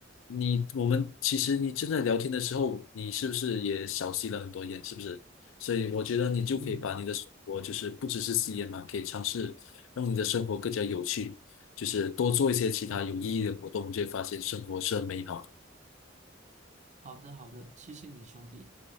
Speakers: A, on the left (about 80°); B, on the right (about 35°).
A: 你我们其实你正在聊天的时候，你是不是也少吸了很多烟？是不是？所以我觉得你就可以把你的生活就是不只是吸烟嘛，
B: 嗯，
A: 可以尝试让你的生活更加有趣。就是多做一些其他有意义的活动，你就会发现生活是很美好的。
B: 好的好的，谢谢你兄弟。